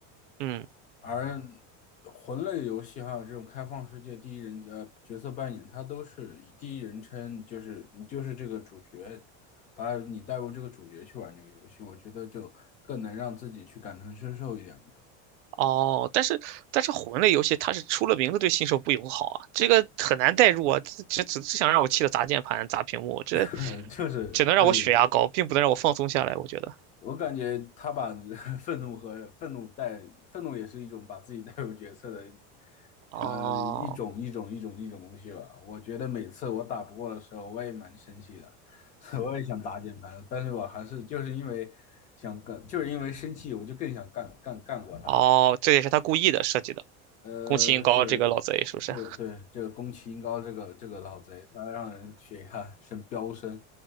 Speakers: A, on the right; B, on the left.
A: 嗯。
B: 而魂类游戏还有这种开放世界第一人呃角色扮演，它都是以第一人称，就是你就是这个主角，把你带入这个主角去玩这个游戏，我觉得就更能让自己去感同身受一点吧。
A: 哦，但是但是魂类游戏它是出了名的对新手不友好啊，这个很难代入啊，这这只只想让我气得砸键盘、砸屏幕，这
B: <laughs> 就是就是
A: 只能让我血压高，并不能让我放松下来，我觉得。
B: 我感觉他把 <laughs> 愤怒和愤怒带，愤怒也是一种把自己带入角色的，
A: 哦
B: 呃，一种一种一种一种东西吧。我觉得每次我打不过的时候，我也蛮生气的，<laughs> 我也想打键盘，但是我还是就是因为想干，就是因为生气，我就更想干干干过他了。
A: 哦，这也是他故意的设计的，
B: 呃，
A: 攻崎英高这个老贼是不是？
B: 就是，对对，这个宫崎英高这个这个老贼，他让人血压升飙升。